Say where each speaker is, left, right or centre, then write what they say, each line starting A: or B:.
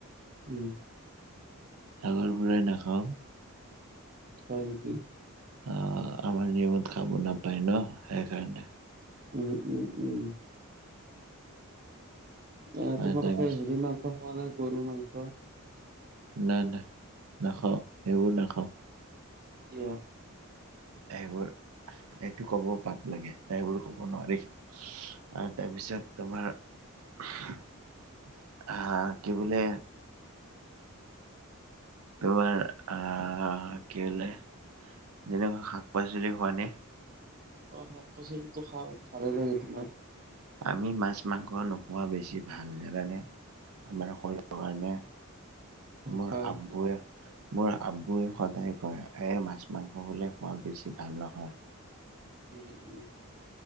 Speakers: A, on the right; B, on the right.
A: উম।
B: আাগৰ পৰাই নাখাওঁ।
A: হয় নেকি?
B: অঁ, আমাৰ নিয়মত খাব নাপায় ন, সেইকাৰণে।
A: উম, উম, উম। এ
B: অ
A: তোমালোকে
B: তাৰপিছত
A: হেৰি মাংস খোৱা নাই গৰু মাংস?
B: নাই নাই, নাখাও সেইবোৰ নাখাওঁ।
A: কিয়?
B: এইবোৰ এইটো ক'ব পাপ লাগে, এইবোৰ ক'ব নোৱাৰি। আৰু তাৰপিছত তোমাৰ হা, কি বোলে? তোমাৰ আহ কি বোলে যেনেকুৱা শাক-পাচলি খোৱা নে?
A: শাক-পাচলিটো খাওঁ ভালে লাগে তোমাৰ।
B: আমি মাছ-মাংস নোখোৱা বেছি ভাল, জানানে? আমাৰ শৰীৰৰ কাৰণে মোৰ
A: হয়
B: আব্বুয়ে মোৰ আব্বুয়ে সদায় কয়, এই মাছ-মাংস বোলে খোৱা বেছি ভাল নহয়।
A: উম, উম।